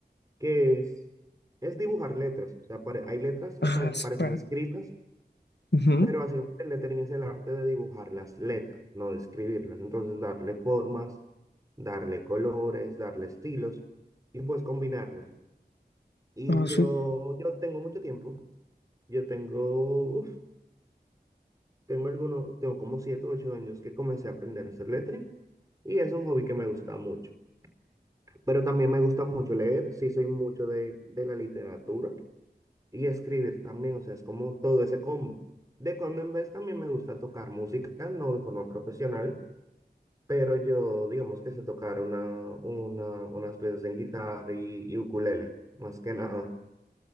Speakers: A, on the right; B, on the left.
A: que es, es dibujar letras. O sea, pare- hay letras que
B: Ah,
A: pare- parecen
B: súper.
A: escritas,
B: Ujú.
A: pero básicamente el lettering es el arte de dibujar las letras, no de escribirlas. Entonces, darle formas, darle colores, darle estilos y pues combinarlos. Y
B: Ah,
A: yo, yo tengo mucho tiempo Yo tengo, uf, tengo algunos, tengo como 7 o 8 años que comencé a aprender a hacer lettering y es un hobby que me gusta mucho. Pero también me gusta mucho leer, sí soy mucho de, de la literatura y escribir también, o sea, es como todo ese combo. De cuando en vez también me gusta tocar música, no de forma profesional, pero yo digamos que sé tocar una, una, unas piezas en guitarra y, y ukulele, más que nada.